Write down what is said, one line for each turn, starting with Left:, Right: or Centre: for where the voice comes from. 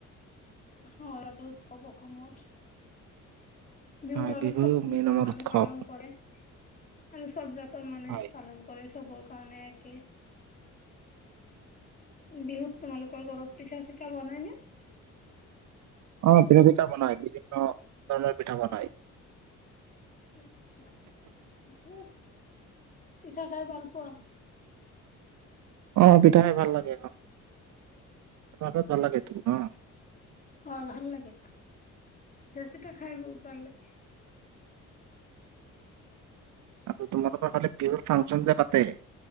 Left: হয় ইয়াত উৎসৱ অখমৰ। বিহু
Right: হয়
Left: আৰু চব জাতৰ
Right: মেইন আমাৰ
Left: মানুহে
Right: উৎসৱ
Left: পালন কৰে আৰু চব জাতৰ মানুহে
Right: হয়
Left: পালন কৰে চবৰ। পাওঁ নে কি। বিহুত। তোমালোকৰ ঘৰত পিঠা চিঠা বনাই নে?
Right: অ পিঠা বনায় বিভিন্ন ধৰণৰ পিঠা বনায়।
Left: আত্ছা ঠিক আছে, পিঠা খাই ভালপোৱা?
Right: অহ পিঠা খাই ভাল লাগে আহ। <unintelligible> ভাল লাগে টো নহ।
Left: হয় ভাল লাগে জাৰ্চিটা খাই বহুত ভাল লাগে।
Right: আৰু তোমালোকৰ ফালে বিহুৰ ফাংচন যে পাতে।